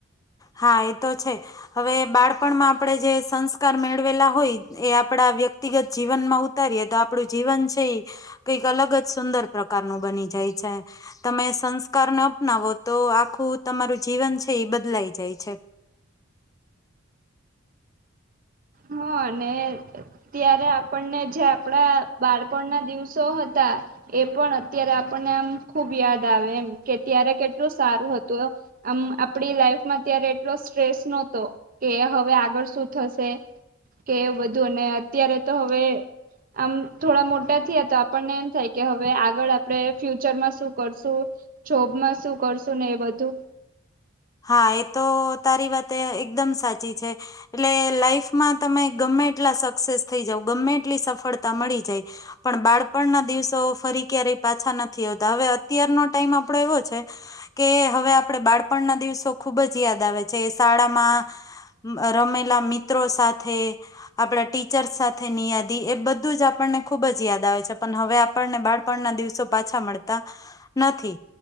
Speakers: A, on the left (about 15°); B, on the right (about 40°).
A: હા એ તો છે હવે બાળપણમાં આપણેે જે સંસ્કાર મેળવેલા હોય એ આપડા વ્યક્તિગત જીવનમાં ઉતારીએ તો આપડું જીવન છે એ કઈક અલગ જ સુંદર પ્રકારનું બની જાય છે તમે સંસ્કારને અપનાવો તો આખું તમારું જીવન છે એ બદલાય જાય છે
B: હા અને ત્યારે આપણને જે આપડા બાળપણ ના દિવસો હ તા એ પણ અત્યારે આપણને આમ ખુબ યાદ આવે એમ કે ત્યારે કેટલું સારું હતું આમ આપડી લાઈફમાં ત્યારે એટલો સ્ટ્રેસ નતો કે હવે આગળ શું થશે કે એ બધું અને અત્યારે તો હવે આમ થોડા મોટા થયા તો આપણને એમ થાય કે હવે આગળ આપણે ફ્યુચરમાં શું કરશું જોબમાં શું કરશું ને એ બધું
A: હા એ તો તારી વાત એકદમ સાચી છે એટલે લાઈફમાં તમે ગમે એટલા સક્સેસ થઈ જાવ ગમે એટલી સફળતા મળી જાય પણ બાળપણના દિવસો ફરી ક્યારેય પાછા નથી આવતા હવે અત્યારનો ટાઈમ આપડો એવો છે કે હવે આપણે બાળપણના દિવસો ખૂબ જ યાદ આવે છે શાળામાં રમેલા મિત્રો સાથે આપડા ટીચર્સ સાથેની યાદી એ બધું જ આપણને ખુબ જ યાદ આવે છે પણ હવે આપણને બાળપણના દિવસો પાછા મળતા નથી